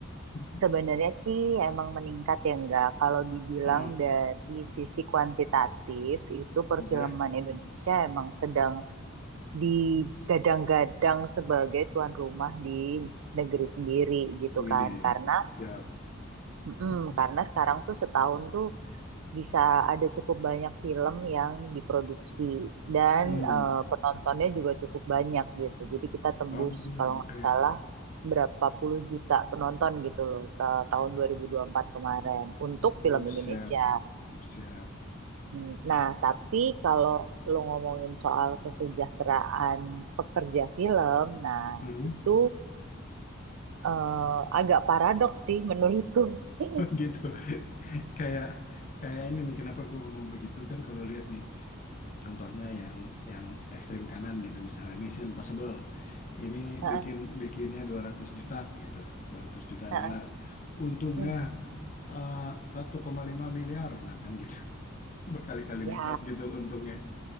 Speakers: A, on the left; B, on the right.
A: <laughs>
B: Sebenarnya sih emang meningkat ya enggak. Kalau dibilang
A: Heeh.
B: dari sisi kuantitatif itu perfilman
A: oke
B: Indonesia emang sedang digadang-gadang sebagai tuan rumah di negeri sendiri gitu
A: Widi
B: kan. Karena
A: siap
B: mm,
A: <laughs>
B: karena sekarang tuh setahun tuh bisa ada cukup banyak film yang diproduksi dan
A: hmm
B: eh, penontonnya juga cukup banyak gitu. Jadi kita tembus
A: Oh,
B: kalau
A: oke
B: nggak salah berapa puluh juta penonton gitu loh ta- tahun 2024 kemarin untuk
A: Oh,
B: film
A: siap
B: Indonesia.
A: siap
B: Hmm, Nah, tapi kalau lo ngomongin soal kesejahteraan pekerja film, nah
A: Hmm.
B: itu eh, agak paradoks sih menurutku. <laughs>
A: Oh, gitu <laughs> kayak kayak ini nih kenapa gue ngomong begitu kan kalau lihat nih contohnya yang yang ekstrim kanan gitu misalnya Mission Impossible ini
B: Heeh,
A: bikin bikinnya 200 juta gitu dua ratus juta
B: heeh.
A: dolar untungnya
B: Hmm.
A: eh, satu koma lima miliar nah kan gitu <laughs> berkali-kali
B: Ya,
A: lipat gitu untungnya